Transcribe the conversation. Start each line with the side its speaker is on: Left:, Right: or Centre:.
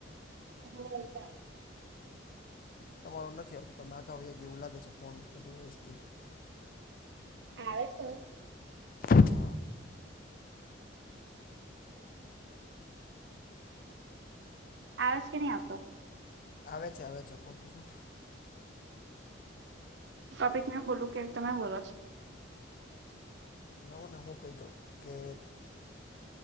Right: બોલતા
Left: તમારો નથી આવતો તમે આગા વ્યા કે એવું લાગે છે ફોન કે ડીવાઈસ થી
Right: હા આવે છે હવે
Left: હા.
Right: આવેજ કે નહીં આવતો.
Left: આવે છે આવે છે ખોટું શું
Right: તોપિક મે બોલુ કે તમે બોલો છો
Left: લાવો ને હું કહી દઉ કે